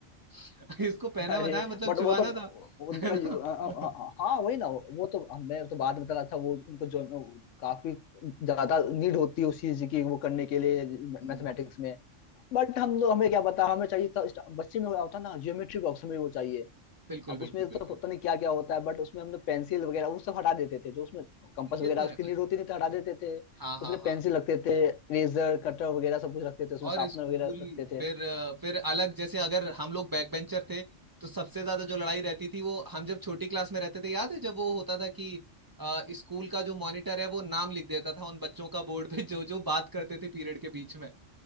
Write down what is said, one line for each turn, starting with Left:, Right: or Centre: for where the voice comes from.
Right: हैं <laughs> इसको पैना
Left: अरे
Right: बनाया मतलब
Left: बट
Right: चुबाना
Left: वो तो
Right: था
Left: उनका
Right: है
Left: यू-
Right: ना
Left: अ- अ-
Right: <laughs>
Left: अ- हाँ वही ना वो तो हमने तो बाद में पता था वो उनको जो काफी ज्यादा नीड होती है उस चीज की वो करने के लिए
Right: हम्म,
Left: मैथमेटिक्स में बट हम लोग हमें क्या पता हमें चाहिए था स्टा- बच्चे में हो- होता ना ज्योमेट्री बॉक्स हमें वो चाहिए
Right: बिल्कुल
Left: अब उसमें
Right: बिल्कुल
Left: तो
Right: बिल्कुल
Left: पता नहीं क्या क्या होता है बट उसमें हमने पेंसिल वगैरह वो सब हटा देते थे जो उसमें कंपास
Right: ये
Left: वगैरह
Right: तो
Left: उसकी
Right: है
Left: नीड
Right: भाई
Left: होती नहीं तो हटा देते थे
Right: हाँ हाँ
Left: उसमें
Right: हाँ
Left: पेंसिल रखते थे रेजर कटर वगैरह सब कुछ रखते थे उसमें
Right: और
Left: शार्पनर
Right: स्कूल
Left: वगैरह रखते थे
Right: फिर अ, फिर अलग जैसे अगर हम लोग बैक बेंचर थे तो सबसे ज्यादा जो लड़ाई रहती थी वो हम जब छोटी क्लास में रहते थे याद है जब वो होता था कि अ, स्कूल का जो मॉनिटर है वो नाम लिख देता था उन बच्चों का बोर्ड पे जो जो बात करते थे पीरियड के बीच में